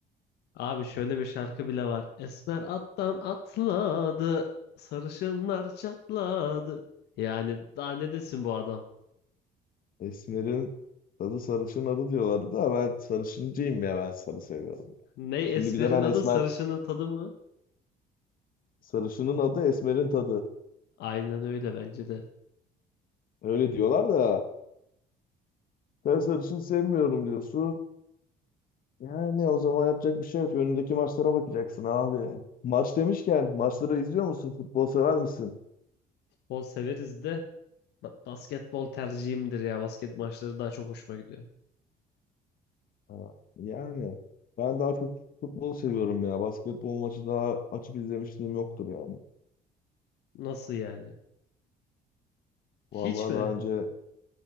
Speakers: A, on the left; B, on the left.
A: Abi şöyle bir şarkı bile var. Esmer attan atladı. Sarışınlar çatladı. Yani daha ne desin bu adam?
B: Esmer'in tadı sarışın adı diyorlardı da ben sarışıncıyım ya. Ben sarı seviyorum ya.
A: Ne esmerin
B: Şimdi bir de ben
A: adı
B: esmer.
A: sarışının tadı mı?
B: Sarışının adı esmerin tadı.
A: Aynen öyle bence de.
B: Öyle diyorlar da ben sarışın sevmiyorum diyorsun. Yani o zaman yapacak bir şey yok. Önündeki maçlara bakacaksın abi. Maç demişken maçları izliyor musun? Futbol sever misin?
A: Bol severiz de ba- basketbol tercihimdir ya. Basket maçları daha çok hoşuma gidiyor.
B: Ha, yani ben daha çok futbol seviyorum ya. Basketbol maçı daha açıp izlemişliğim yoktur yani.
A: Nasıl yani? Hiç
B: Vallahi
A: mi?
B: daha önce